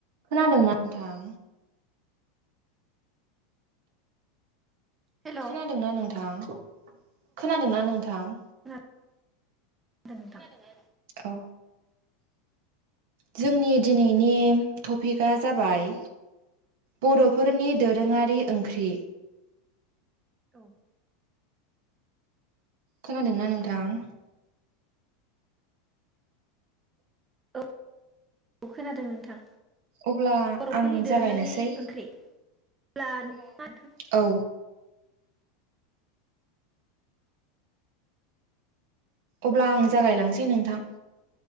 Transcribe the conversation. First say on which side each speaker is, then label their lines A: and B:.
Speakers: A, on the right; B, on the right.
A: खोनादोंना नोंथां?
B: हेल' औ
A: खोनादोंना नोंथां? खोनादोंना नोंथां?
B: दों नोंथां।
A: औ। जोंनि दिनैनि टपिकआ जाबाय बर'फोरनि दोरोङा रि ओंख्रि।
B: औ।
A: खोनादोंना नोंथां?
B: औ औ खोनादों नोंथां।
A: अब्ला
B: बर'फोरनि
A: आं
B: दोरोङारि
A: जागायनोसै
B: ओंख्रि। <inaudible>
A: औ। अब्ला आं जागायलांसै नोंथां।